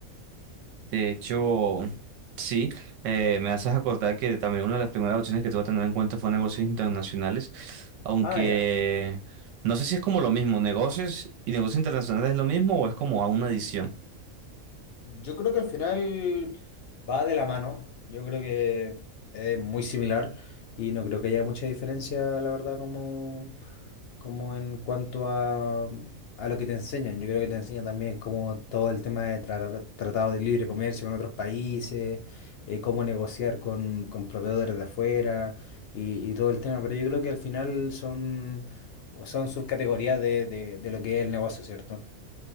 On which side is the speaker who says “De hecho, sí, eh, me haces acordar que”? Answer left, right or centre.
Right